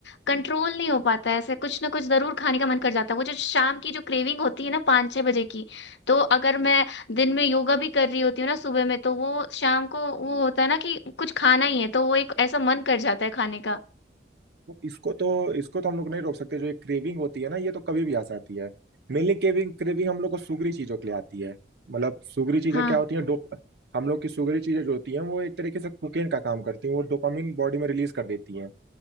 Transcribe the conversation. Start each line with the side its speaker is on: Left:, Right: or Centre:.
Left: कंट्रोल नहीं हो पाता है ऐसे कुछ ना कुछ जरूर खाने का मन कर जाता है वो जो शाम की जो क्रेविंग होती है ना पाँच छह बजे की तो अगर मैं दिन में योगा भी कर रही होती हूँ ना सुबह में तो वो शाम को वो होता है ना कि कुछ खाना ही है तो वो एक ऐसा मन कर जाता है खाने का
Right: इसको तो इसको तो हम लोग नहीं रोक सकते जो ये क्रेविंग होती है ना ये तो कभी भी आ सकती है मेनली क्रेविंग क्रेविंग हम लोग को सूगरी चीजों के लिए आती है मतलब सूगरी चीजें
Left: हाँ
Right: क्या होती हैं डोप हम लोग की सूगरी चीजें जो होती हैं वो एक तरीके से कोकेन का काम करती हैं वो डोपामिन बॉडी में रिलीज कर देती हैं